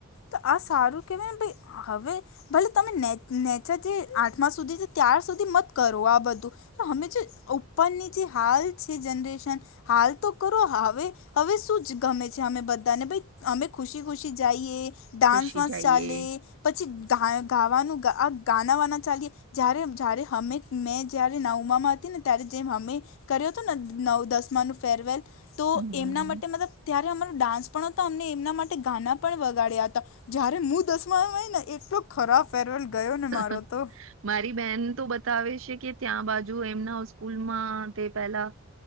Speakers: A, on the left; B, on the right.
A: તો આ સારું કેવાય હવે ભલે તમે નેચર જે આઠમા સુધી છે ત્યાર સુધી મત કરો આ બધું હમે જે ઉપરની જે હાલ છે જનરેશન હાલ તો કરો હવે હવે શું જ ગમે છે અમે બધા ને ભઈ અમે ખુશી ખુશી જાયએ ડાન્સ
B: ખુશી
A: વાન્સ
B: જઈએ
A: ચાલે પછી ગા ગાવાનું આ ગાનાવાનાં ચાલીએ જ્યારે જ્યારે અમે મેં જ્યારે નઉમા માં હતી ને ત્યારે જેમ અમે કર્યો હતો ને નવ દસમા નું ફેરવેલ તો
B: હમ
A: એમના માટે મતલબ ત્યારે અમારો ડાન્સ પણ હતો અમને એમના માટે ગાના પણ વગાડ્યા હતા જયારે મુું દસમાય મા આવીને એટલો ખરાબ ફેરવેલ ગયો
B: <inaudible>
A: ને મારો તો
B: મારી બેન તો બતાવે છે કે ત્યાં બાજુ એમના સ્કૂલમાં તે પેલા